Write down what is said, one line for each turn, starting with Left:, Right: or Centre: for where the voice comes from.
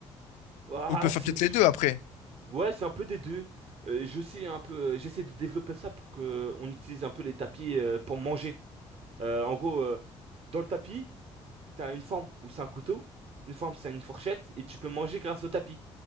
Right: Ah,
Left: On peut faire
Right: c'est...
Left: peut-être les deux après.
Right: Ouais, c'est un peu des deux. Euh, je sais un peu, euh, j'essaie de développer ça pour que euh, on utilise un peu les tapis euh, pour manger. Euh, en gros, euh, dans le tapis, t'as une forme où c'est un couteau, une forme c'est une fourchette, et tu peux manger grâce au tapis.